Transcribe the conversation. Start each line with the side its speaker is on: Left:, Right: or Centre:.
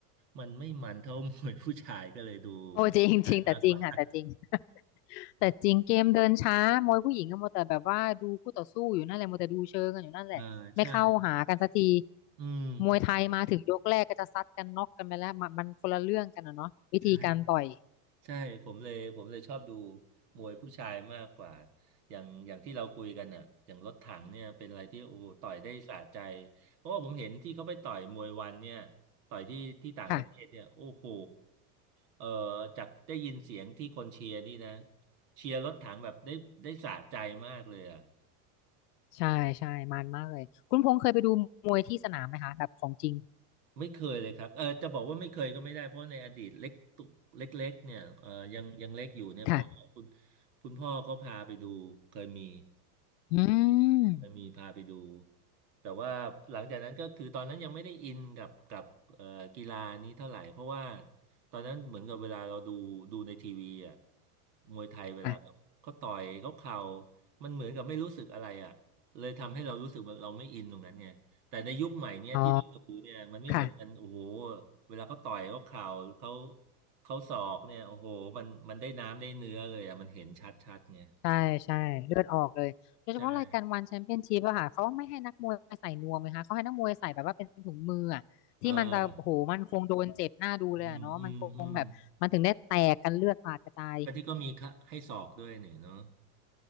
Right: มันไม่มันเท่า <laughs> มวยผู้ชายก็เลยดูมวยผู้ชายมากกว่า
Left: โอ้จริงจริงแต่จริงค่ะแต่จริง <laughs> แต่จริงเกมเดินช้ามวยผู้หญิงก็มัวแต่แบบว่าดูคู่ต่อสู้อยู่นั่นแหละมัวแต่ดูเชิงกันอยู่นั่นแหละไม่เข้าหากันสักที
Right: อ่าใช่อืม
Left: มวยไทยมาถึงยกแรกก็จะซัดกันน็อกกันไปแล้วมันมันคนละเรื่องกันนะเนาะวิธีการต่อย
Right: ใช่ ใช่ผมเลยผมเลยชอบดูมวยผู้ชายมากกว่าอย่างอย่างที่เราคุยกันน่ะอย่างรถถังเนี่ยเป็นอะไรที่โอ้โหต่อยได้สะใจเพราะว่าผมเห็นที่เขาไปต่อยมวยวันเนี่ยต่อยที่ที่ต่างประเทศเนี่ยโอ้โห
Left: ค่ะ
Right: เอ่อจากได้ยินเสียงที่คนเชียร์นี่นะเชียร์รถถังแบบได้ได้สะใจมากเลยอ่ะ
Left: ใช่ใช่มันมากเลยคุณพงษ์เคยไปดูมวยที่สนามไหมคะแบบของจริง
Right: ไม่เคยเลยครับเออจะบอกว่าไม่เคยก็ไม่ได้เพราะในอดีตเล็กตุเล็กๆเนี่ยเออยังยังเล็กอยู่เนี่ยพ่อคุณ
Left: ค่ะ
Right: คุณพ่อเขาพาไปดูเคยมี
Left: อืม
Right: เออมีพาไปดูแต่ว่าหลังจากนั้นก็คือตอนนั้นยังไม่ได้อินกับกับเอ่อกีฬานี้เท่าไหร่เพราะว่าตอนนั้นเหมือนกับเวลาเราดูดูในทีวีอ่ะมวยไทยเวลาเขาต่อยเขาเข่า
Left: ค่ะ
Right: มันเหมือนกับไม่รู้สึกอะไรอ่ะเลยทำให้เรารู้สึกว่าเราไม่อินตรงนั้นไงแต่ในยุคใหม่เนี่ยที่เราดูเนี่ยมันไม่เหมือนกันโอ้โห
Left: อ๋อค่ะ
Right: เวลาเขาต่อยเขาเข่าเขาเขาศอกเนี่ยโอ้โหมันมันได้น้ำได้เนื้อเลยอ่ะมันเห็นชัดชัดไง
Left: ใช่ใช่เลือดออกเลยโดยเฉพาะรายการวันแชมเปี้ยนชิพอะค่ะเขาไม่ให้นักมวยใส่นวมเลยค่ะเขาให้นักมวยใส่แบบว่าเป็นถุงมืออะที่มันจะโอ้โหมันคงโดนเจ็บหน้าดูเลยอะเนาะมันคงแบบมันถึงได้แตกกันเลือดสาดกระจาย
Right: ใช่เอออืมอืมอืม แล้วที่ก็มีค่ะให้สอบด้วยนี่เนาะ